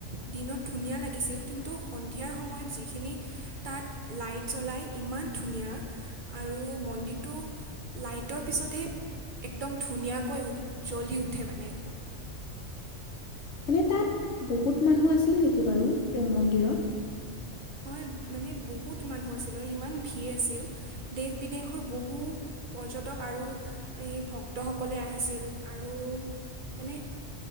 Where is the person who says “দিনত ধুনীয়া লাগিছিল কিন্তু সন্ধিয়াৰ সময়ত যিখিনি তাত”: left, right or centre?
Right